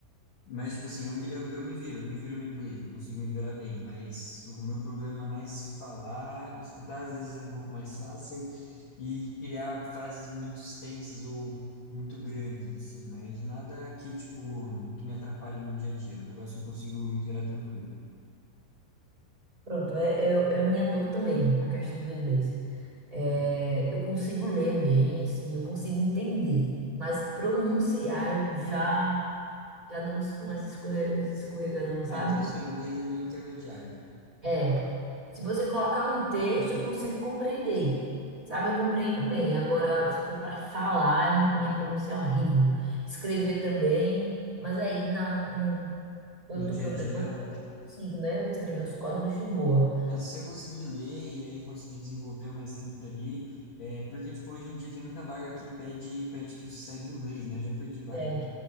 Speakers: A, on the left; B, on the right.
A: Mas, tipo assim, eu, me- eu, eu me viro, eu me viro no inglês, eu consigo me virar bem, mas o meu problema é mais falar, escutar às vezes é um pouco mais fácil e criar frases muito extensas ou muito grandes, assim, mas nada que, tipo, que me atrapalhe no dia a dia, é um negócio que eu consigo me virar tranquilo.
B: Pronto, é, é, é a minha dor também, a questão do inglês. É,
A: E-
B: eu consigo ler bem, assim, eu consigo entender, mas pronunciar eu já Já dá uns, umas escorre- uns escorregadão, sabe?
A: ah, então seu inglês é meio intermediário.
B: É, Se você colocar um texto, eu consigo compreender. Sabe, eu compreendo bem. Agora, se for para falar, eu não- minha pronúncia é horrível. Escrever também. Mas aí, na, no, quando
A: No
B: eu tô
A: dia
B: programando,
A: a dia,
B: eu consigo, né? Escrever os códigos de boa.
A: não, se você conseguir ler e aí conseguir desenvolver uma escrita ali, é, porque, tipo, hoje em dia tem muita vaga que pede, pede que você saiba inglês, né? Eu já perdi vaga
B: É,